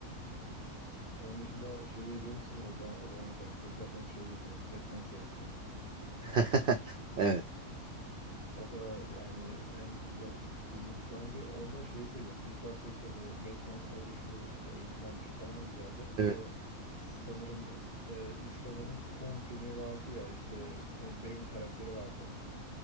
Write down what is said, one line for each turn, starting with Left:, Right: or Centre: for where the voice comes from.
Left: Onun dışında şeyi izlemişsindir o zaman o zaman hocam Joker'den şeye geçelim Batman serisi.
Right: <laughs>
Left: Ee,
Right: Evet,
Left: o da yani en güzel filmiydi. Ben bir onda şeyi seviyordum. İlk başta işte bu Batman oluşu işte eğitim alışu falan güzeldi.
Right: evet.
Left: Bir de sanırım e, üçlemenin son filmi vardı ya işte e, Bane karakteri vardı.